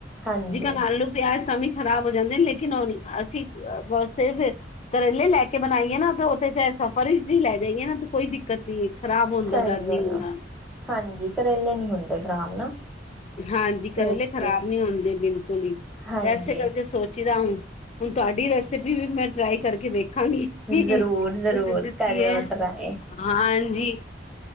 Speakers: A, in the centre; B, on the left (about 35°).
A: ਹਾਂਜੀ
B: ਜਿਕਨ ਆਲੂ ਪਿਆਜ ਤਾਂ ਵੀ ਖ਼ਰਾਬ ਹੋ ਜਾਂਦੇ ਨੇ ਲੇਕਿਨ ਓ ਨੀਂ, ਅਸੀਂ ਬੋਤ ਸੇਫ ਏ। ਕਰੇਲੇ ਲੈ ਕੇ ਬਣਾਈਏ ਨਾ ਤੇ ਓਤੇ ਚਾਏ ਸਫ਼ਰ ਏਚ ਲੈ ਜਾਈਏ ਨਾ ਤੇ ਕੋਈ ਦਿੱਕਤ ਵੀ ਖ਼ਰਾਬ ਹੋਨ
A: ਸਹੀ
B: ਦਾ ਡਰ ਨੀ
A: ਗੱਲ
B: ਹੁੰਦਾ।
A: ਆ ਹਾਂਜੀ, ਕਰੇਲੇ ਨੀ ਹੁੰਦੇ ਖ਼ਰਾਬ ਨਾ।
B: ਹਾਂਜੀ, ਕਰਲੇ
A: ਛੇਤੀ
B: ਖ਼ਰਾਬ ਨੀਂ ਹੁੰਦੇ ਬਿਲਕੁਲ ਈ,
A: ਹਾਂਜੀ
B: ਏਸੇ ਕਰਕੇ ਸੋਚੀਦਾ ਹੁ ਹੁਣ ਤੁਹਾਡੀ ਰੈਸਿਪੀ ਵੀ ਮੈਂ ਟਟ੍ਰਾਈ ਕਰਕੇ ਵੇਖਾਂਗੀ। ਜੀ
A: ਜ਼ਰੂਰ
B: ਤੁਸੀ
A: ਜ਼ਰੂਰ
B: ਦਿੱਤੀ
A: ਕਰਿਓ
B: ਏ,
A: ਟਰਾਏ
B: ਹਾਂਜੀ।